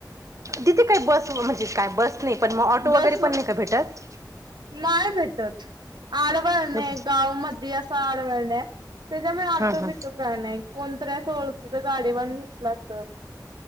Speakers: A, on the right; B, on the right.
A: तिथे काही बस, म्हणजे काय बस नाही, पण मग ऑटो
B: बस
A: वगैरे पण नाही का भेटत?
B: नाही भेटत. आडवळण
A: हम्म
B: आहे गाव मध्ये असं आडवळण त्याच्यामुळे ऑटो
A: हम्म.
B: बिटो काय नाही कोणतरी अस ओळखीच गाडीवरन भेटला तर